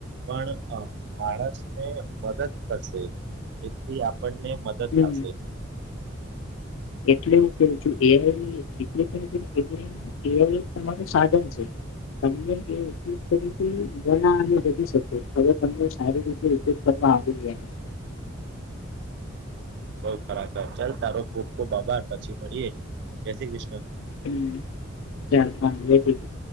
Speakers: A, on the right; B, on the left.
A: પણ અ માણસને મદદ કરશે એથી આપણને મદદ
B: હમ
A: થશે
B: એટલે હું કેું છું એઆઈ ને રિપ્લેસ તરીકે એટલે એ આઈ તમારું સાધન છે તમને એ ઉપયોગ તરીકે ગણા કરીશ શકો હવે તમને સારી રીતે ઉપયોગ તમા આવી ગયા
A: બઉ ખરાબ ચાલ તારો ખૂબ ખૂબ આભાર પછી મળીએે જય શ્રી કૃષ્ણ
B: હમ ચાલ હા જે શ્રી કૃષ્ણ